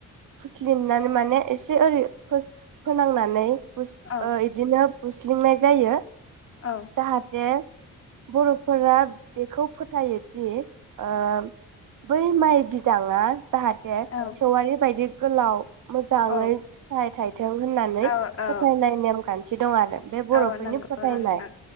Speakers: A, on the right; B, on the left.
A: फुस्लिनानै माने एसे ओरै फोनांनानै हुस
B: औ
A: इदिनो हुस्लिंनाय जायो
B: औ
A: जाहाथे बर'फोरा बेखौ फोथायोदि ओ बै माइ बिदाङा जाहाथे थे
B: औ
A: सेवारि बाय गोलाव मोजाङै
B: औ
A: फिथाइ थाइथों होननानै
B: औ औ
A: फोथायनाय नेमखान्थि बिदि दं आरो। बे बर'फोरनि
B: औ नंगौ
A: फोथायनाय
B: नोंथां